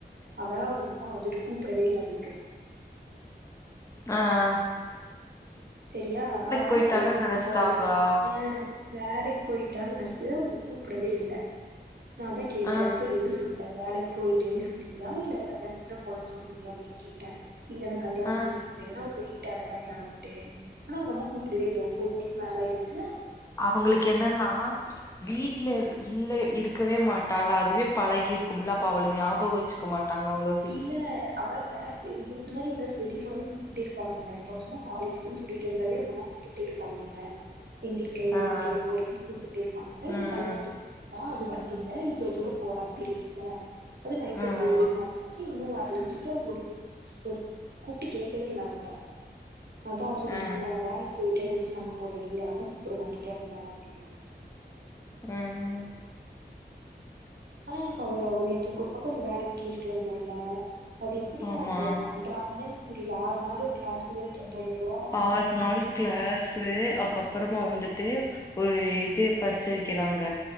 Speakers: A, on the right; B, on the left.
A: அவ உம்மா வந்து கூப்டவே இல்ல அவ்ளுக்கு
B: அஆ
A: சரியா அவானா
B: போயிட்டாங்கன்னு
A: கல்யாண்ஜுக்
B: நெனச்சிட்டாங்களா
A: போறன்னு சொல் ஆ வேலைக்கு போயிட்டான்னு நஸ்ஸுவ் கூப்டவே இல்ல நாதா கேட்டே
B: ஆ
A: இப்ப என்ன சொல் இல்ல வேலைக் போயிட்டேனு சொல்லுவியா இல்ல கல்யாண்த்துக்தா போனன் சொல்லுவியா அப்டின் கேட்ட இல்லன்னா கல்யாண்த்துக்கு
B: ஆ
A: பெ எனா சொல்லிட்ட கல்யாணோன்ட்டே னா அவங்க அம்மா கூப்புடவே இல்ல ஒம்போது மணி மேல ஆய்ர்ச்
B: அவங்களுக் என்னன்னா வீட்லர் இல்ல இருக்கவே மாட்டாலா அதுவே பழகி இருக்கும்ல அப்ப அவள ஞாபகோ வச்சுக்க மாட்டாங்க அவ்ளஸ்
A: இல்ல அவ வேர் இ இந்த மாரி எங்காச் வெளிய போராவே கூப்டுட்டே இருப்பாங்க அவங்க இப்போ வந்து காலேஜுக்குன் சொல்லிட்டு வந்தாளே அவங்க அம்மா கூப்ட்டு ட்டே இருப்பாங்க உன்ன எங்கிர்க்க எங்கிர்க்க
B: ஆ ஆ
A: எப்போ வருவன் கூப்புட்டே இருப்பாங்க
B: ம்
A: இப்போ கல்யாண்த்துக்கு வா அது வந்துர்தே இப்ப தூரம் போறா தெரியு ல அது நைட்
B: ம் ம்
A: ஒம்போது <inaudible> மேல ச்சி இன்னும் வரலன் சொல்லிட்டு அவங்க ஒரிபிஸ் <inaudible> கூப்ட்டு கேக்கவே இல்ல அவற்ட்ட அதான் அவ சொல்லிட்டு
B: ஆ
A: இருந்தால நா வேலைக்கி போயிட்டேனு நினைச்சிட்டாங்க போலடி அதான் கூப்ட மாட்டேக்கிறாங்க அப்டின்னு
B: ம் ம்
A: ஆனா எனக்கு அவ நேத்து ஒரு பக்கோ இந்த வேலக்கி கேட்டுட்டு வந்தோல்ல அது எப்டியு
B: ஆமா
A: அவங்க பண்றாங்கனு எனக்கு புரில ஆறு நாளு கிளாஸ்சு ரெண்டாயருவா
B: ஆறு நாள் க்ளஸ் து அதுக்கப்பறமா வந்துட்டு ஒரு இது பரீச்ச வைக்கிறாங்க